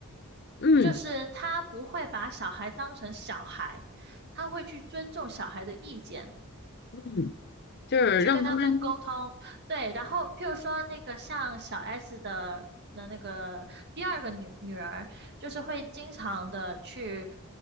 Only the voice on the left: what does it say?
嗯
嗯，就是让他们，